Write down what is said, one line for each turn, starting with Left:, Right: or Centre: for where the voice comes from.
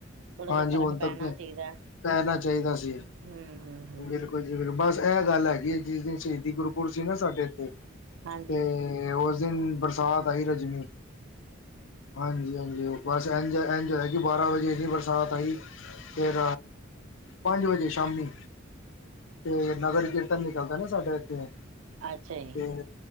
Right: ਥੋੜਾ
Left: ਹਾਂਜੀ,
Right: ਜਿਹਾ
Left: ਹੁਨ
Right: ਫ਼ਰਕ
Left: ਤੱਕ
Right: ਪੈਣਾ
Left: ਪੈਂ
Right: ਚਾਹੀਦਾ
Left: ਜਾਣਾ ਚਾਈਦਾ ਸੀ।
Right: ਹਮ ਹਮ ਹਮ
Left: ਬਿਲਕੁਲ ਬਸ, ਐ ਗੱਲ ਹੈਗੀ ਜਿਸ ਦਿਨ ਸ਼ਹੀਦੀ ਗੁਰੂਪੁਰਬ ਸੀ ਨਾ ਸਾਡੇ ਏਥੇ ਤੇ
Right: ਹਾਂਜੀ
Left: ਤੇ ਓਸ ਦਿਨ ਬਰਸਾਤ ਆਈ, ਰਜਮੀ। ਹਾਂਜੀ-ਹਾਂਜੀ ਬਸ ਐ ਐਜ ਹੋਯਾ ਕੇ ਬਾਰਾਂ ਵੱਜੇ ਏਨੀ ਬਰਸ ਸਾਤ ਆਈ, ਫੇਰ ਪੰਜ ਵਜੇ ਸ਼ਾਮੀ ਤੇ ਨਗਰ ਕੀਰਤਨ ਨਿਕਲਦੈ ਨਾ ਸਾਡੇ ਏਥੇ
Right: ਅੱਛਾ ਜੀ
Left: ਤੇ ਤੇ